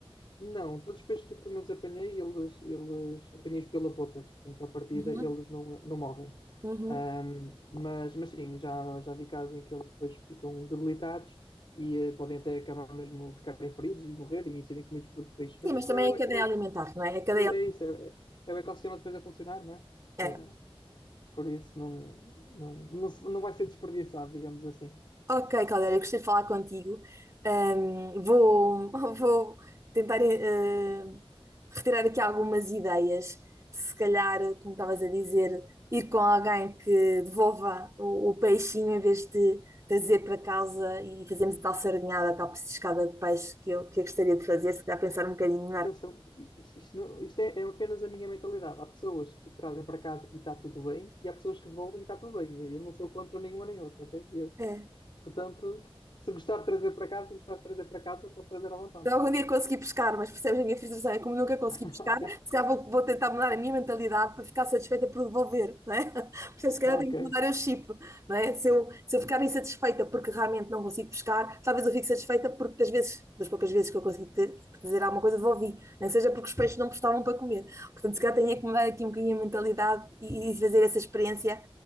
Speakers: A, on the left; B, on the right.
A: não, todos os peixes que eu pelo menos apanhei, eles, eles apanhei-os pela boca, portanto, à partida,
B: Uhum.
A: eles não, não morrem.
B: Uhum.
A: Ahm, mas, mas sim, já, já vi casos em que eles depois ficam debilitados e eh, podem até acabar mesmo ficarem feridos e morrerem e serem comidos por outro peixe. Mas
B: Sim, mas
A: isso
B: também
A: é, o-
B: é a
A: é,
B: cadeia
A: o ec-
B: alimentar, não é? A cadeia,
A: é, é isso, é, é o ecossistema depois a funcionar, não é?
B: é.
A: Ah, por isso não, não, não, se- não vai ser desperdiçado, digamos assim.
B: Ok, Caldera, gostei de falar contigo. Ahm, vou, <laughs> vou tentar eh, retirar aqui algumas ideias. Se calhar, como estavas a dizer, ir com alguém que devolva o, o peixinho em vez de trazer para casa e fazermos a tal sardinhada, a tal petiscada de peixe que eu, que eu gostaria de fazer, se calhar pensar um bocadinho
A: Atenção, i- isto, isto não- isto é, é apenas a minha mentalidade. Há pessoas que trazem para casa e está tudo bem, e há pessoas que devolvem e está tudo bem. Eu não sou contra nenhuma nem outra, ok? Eu-
B: melhor.
A: portanto, se gostar de trazer para casa, se gostar de trazer para casa, posso trazer à vontade.
B: Se algum dia conseguir pescar, mas percebes a minha frustração, é como nunca consegui
A: <laughs>
B: pescar,
A: Ok,
B: se calhar vou, vou tentar mudar a minha mentalidade para ficar satisfeita por devolver, não é? <laughs> Porque se calhar
A: ok.
B: tenho que mudar eu o chip, não é? Se eu, se eu ficar insatisfeita porque realmente não consigo pescar, talvez eu fique satisfeita porque das vezes, das poucas vezes que eu consegui ter, fazer alguma coisa, devolvi, nem seja porque os peixes não prestavam para comer. Portanto, se calhar tenho é que mudar aqui um bocadinho a mentalidade e, e fazer essa experiência